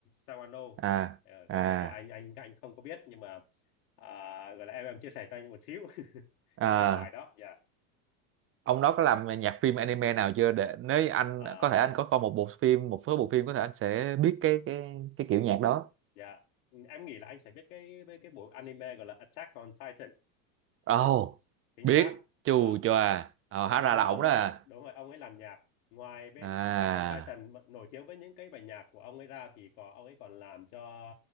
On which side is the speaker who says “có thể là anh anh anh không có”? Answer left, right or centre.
Left